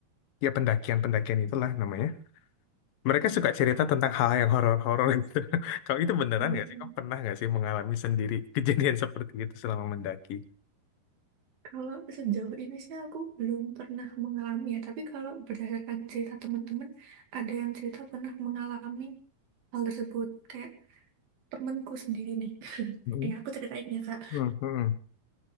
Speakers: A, on the left; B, on the right.
A: ya pendakian pendakian itulah namanya. Mereka suka cerita tentang hal-hal yang horor-horor gitu. <laughs> Kalau itu beneran
B: Mm.
A: nggak sih? Kamu pernah nggak sih mengalami sendiri <laughs> kejadian seperti itu selama mendaki?
B: Kalau sejauh ini sih aku belum pernah mengalami ya, tapi kalau berdasarkan cerita teman-teman, ada yang cerita pernah mengalami hal tersebut. Kayak temanku sendiri nih. <laughs>
A: Hmm.
B: Eh, aku ceritain ya, Kak.
A: Hmm, hmm.